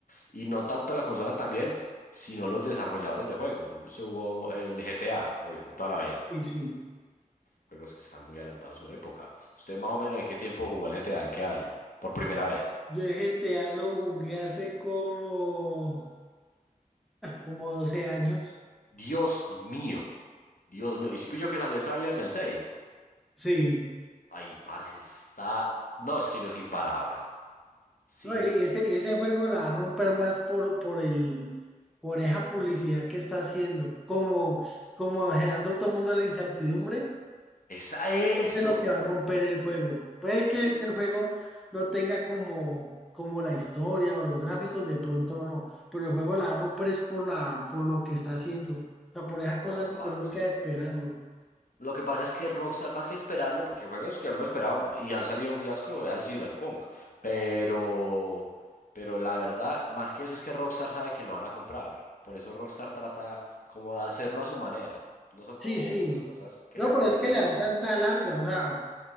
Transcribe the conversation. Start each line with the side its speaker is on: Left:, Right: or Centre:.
Left: Y no tanto la consola también, sino los desarrolladores de juegos. Por ejemplo, se jugó el GTA, obvio, de toda la vida,
Centre: y sí.
Left: juegos que estaban muy adelantados a su época. ¿Usted más o menos en qué tiempo jugó el GTA? ¿En qué año? Por primera vez.
Centre: Yo el GTA lo jugué hace como, como 12 años.
Left: Dios mío, Dios mío. Y si pillo que salió el tráiler del 6.
Centre: Sí.
Left: Ay, parce, está. No, es que yo sin palabras. Sin.
Centre: No, y ese, y ese juego la va a romper más por, por el, por esa publicidad que está haciendo. Como, como dejando a todo el mundo a la incertidumbre.
Left: ¡Es a
Centre: Este
Left: eso!
Centre: es lo que va a romper el juego. Puede que,
Left: Es que.
Centre: que el juego no tenga como, como la historia o los gráficos, de pronto no. Pero el juego la va a romper es por la, por lo que está haciendo. O sea, por esa cosa
Left: No,
Centre: psicológica
Left: parce.
Centre: de esperarlo.
Left: Lo que pasa es que Rockstar, más que esperarlo, porque juegos que hemos esperado y han salido un fiasco al Cyberpunk. Pero. Pero la verdad, más que eso, es que Rockstar sabe que lo van a comprar. Por eso Rockstar trata como de hacerlo a su manera. No son
Centre: Sí,
Left: como
Centre: sí.
Left: otras personas que
Centre: No,
Left: le dan
Centre: pero
Left: contentillo,
Centre: es que le dan
Left: sino.
Centre: tanta larga, o sea,